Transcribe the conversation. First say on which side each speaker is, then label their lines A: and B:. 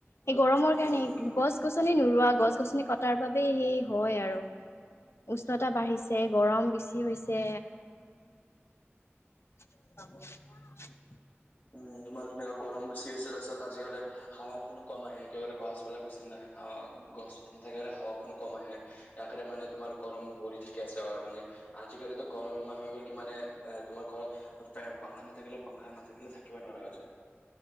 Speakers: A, on the left; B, on the left.
A: এই গৰমৰ কাৰণে-
B: উম
A: গছ-গছনি নোৰোৱা- গছ-গছনি কটাৰ বাবে সেই হয় আৰু। উষ্ণতা বাঢ়িছে, গৰম বেছি হৈছে। <unintelligible>
B: উম, তোমাৰ যেনেকা গৰম বেছি হৈছে, তাৰছত আজিকালি হাৱাখনো কম আহে, একেবাৰে গছবিলাক বেছি নাই। হাৱা- গছ- একেবাৰে হাৱাখনো কম আহে। ইয়াৰ কাৰণে মানে তোমাৰ গৰম বৰি থাকি আছে। আৰু মানে আজিকালিতো গৰম ইমান হৈ গ'ল, কি মানে অ' তোমাৰ ঘৰত ফেন- পাংখা নাথাকিলে - পাংখানা নাথাকিলে, থাকিবই নোৱাৰা হৈ যায়।